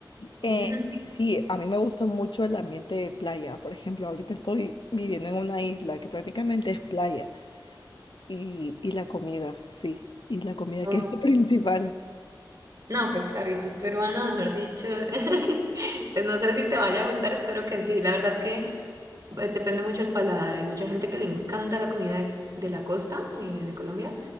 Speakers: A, on the left; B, on the right.
A: Eh,
B: Ujú. <laughs>
A: sí, a mí me gusta mucho el ambiente de playa. Por ejemplo, ahorita estoy viviendo en una isla que prácticamente es playa. Y, y la comida, sí. Y la comida
B: Oh,
A: que es lo <laughs> principal.
B: No, pues claro, y tú peruana, mejor dicho, <laughs> pues no sé si te vaya a gustar, espero que sí. La verdad es que... eh, Depende mucho del paladar. Hay mucha gente que le encanta la comida de, de la costa, eh, de Colombia.